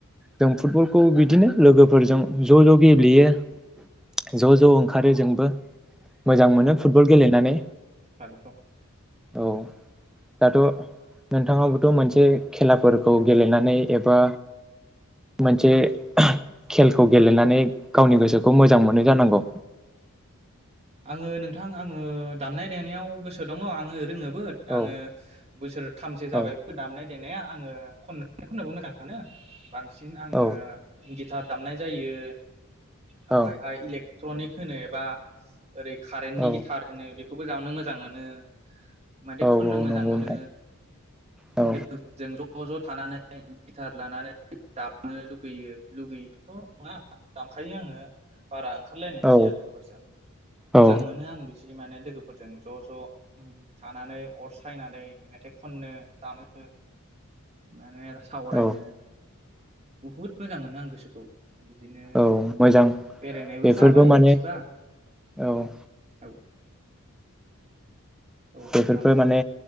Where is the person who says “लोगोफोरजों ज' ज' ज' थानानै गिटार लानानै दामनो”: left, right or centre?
Right